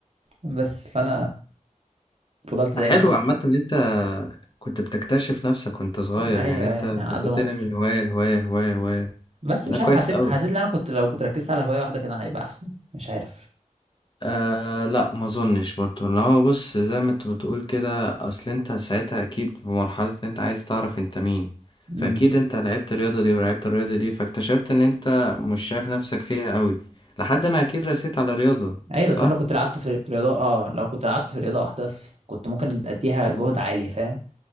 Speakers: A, on the right (about 50°); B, on the left (about 35°).
A: بس فانا فضلت زي
B: حلو
A: ما
B: عامة إن أنت كنت بتكتشف نفسك وأنت صغير
A: انا
B: يعني
A: ايوه
B: أنت
A: أيوة، يعني على
B: كنت
A: قد
B: بتنقل
A: ما اقدر
B: من هواية لهواية هواية هواية
A: بس
B: ده
A: مش
B: كويس
A: عارف حسيت
B: أوي
A: حسيت ان انا كنت لو كنت ركزت على هوايه واحده كده هيبقى احسن مش عارف
B: آه لا ما اظنش برضو لو هو بص زي ما انت بتقول كده اصل انت ساعتها اكيد في مرحلة ان انت عايز تعرف انت مين فاكيد
A: امم
B: انت لعبت الرياضة دي ولعبت الرياضة دي فاكتشفت ان انت مش شايف نفسك فيها قوي لحد ما اكيد رسيت على الرياضة
A: ايوه بس
B: صح
A: انا لو كنت لعبت في في رياضه اه لو كنت لعبت في رياضه واحده بس كنت ممكن اديها جهد عالي فاهم